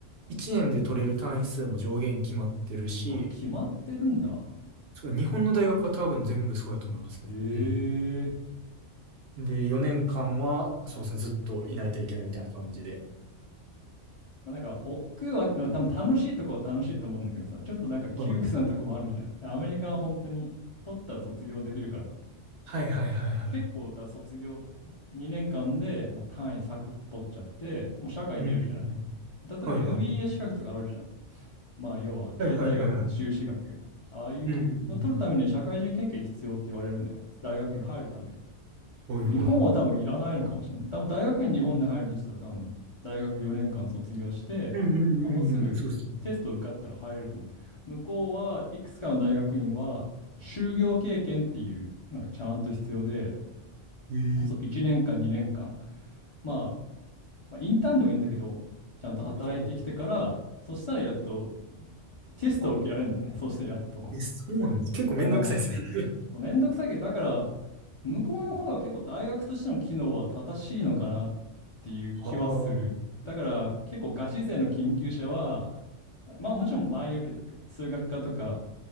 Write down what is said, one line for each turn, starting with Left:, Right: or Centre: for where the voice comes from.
Right: 1年で取れる単位数も上限決まってるし、
Left: あ、決まってるんだ。
Right: そう日本の大学は多分全部そうやと思いますね。
Left: ええ
Right: うん。で、4年間は、そうですね、ずっといないといけないみたいな感じで。
Left: まあ、なんか、億劫は、でも多分楽しいとこは楽しいと思うんだけどさ、ちょっとなんか窮屈なとこもあるじゃん。
Right: はい。
Left: でアメリカは本当に、取ったら卒業できるから、
Right: はいはいはいはい。
Left: 結構、だ卒業2年間でもう単位サクッと取っちゃって、もう社会出るじゃない。
Right: うんうんうん。
Left: で例えば
Right: はいはい。
Left: MBA 資格とかあるじゃん。まあ、要は経済学の修士学。
Right: はいはいはいはい。
Left: ああいうの取るために社会人経験必要って言われるのよ。
Right: うん。うんうん
Left: 大学に入るために。
Right: はいはいはい。
Left: でも日本は多分いらないのかもしれない。多分大学院日本で入るとしたら多分大学4年間卒業して、
Right: うんうんうんうん。
Left: まあ、もうすぐテスト受かったら入れると思う。
Right: そうですね。
Left: 向こうはいくつかの大学院は就業経験っていうのがちゃんと必要で、
Right: ええ
Left: そう1年間2年間、まあ、まあインターンでもいいんだけど、ちゃんと働いてきてから、
Right: はい。
Left: そしたらやっとテストを受けられるんだね。
Right: あ、
Left: そしてやっと。
Right: え、そうなんです。結構めんどくさいですね。
Left: ああ。めんどくさいけど、だから向こうの方が結構大学としての機能は正しいのかなっていう気はする。
Right: <laughs> ああ。うん
Left: だから結構ガチ勢の研究者は、まあもちろんバイオ系とか数学科とか